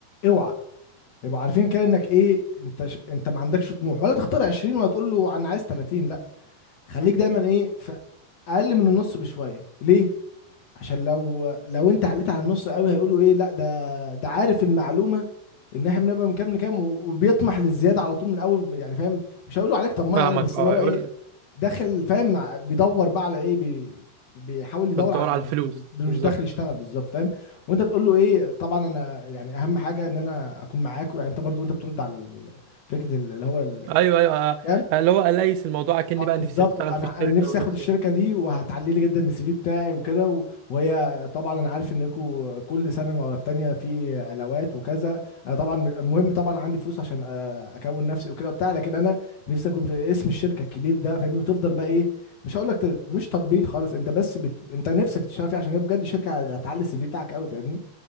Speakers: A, on the left; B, on the right.
A: اوعى يبقوا عارفين كده انك ايه انت ش... انت ما عندكش طموح ولا تختار 20 ولا تقول له انا عايز 30 لا خليك دايما ايه في اقل من النص بشويه ليه عشان لو لو انت عليت على النص قوي هيقولوا ايه لا ده ده عارف المعلومه ان احنا بنبقى من كام لكام و- وبيطمح للزياده على طول من اول يعني فاهم مش هيقولوا عليك طماع
B: فاهمك
A: يعني بس
B: اه
A: اللي هو
B: يقول
A: ايه داخل فاهم مع- بيدور بقى على ايه بي بيحاول يدور
B: بتدور
A: على
B: على الفلوس
A: مش
B: بالظبط
A: داخل يشتغل بالظبط فاهم وانت تقول له ايه طبعا انا يعني اهم حاجه ان انا اكون معاك يعني انت برضو انت بترد على ال- ال- فكره ال- اللي هو
B: ايوه ايوه آه،
A: الكام
B: آه، اللي هو اليس الموضوع اكني
A: اه
B: بقى
A: بالظبط
B: نفسي اشتغل
A: انا
B: في الشركه
A: انا نفسي
B: ونفسي
A: اخد الشركه
B: ونفسي.
A: دي وهتعلي لي جدا من السي في بتاعي وكده و- وهي طبعا انا عارف انكم كل سنه ورا التانيه في علاوات وكذا انا طبعا المهم طبعا عندي فلوس عشان آه، اكون نفسي وكده وبتاع لكن انا نفسي اكون في اسم الشركه الكبير ده فاهمني وتفضل بقى ايه مش هقول لك ت- مش تطبيل خالص انت بس بت... انت نفسك تشتغل فيها عشان هي بجد شركه هتعلي السي في بتاعك قوي فاهمني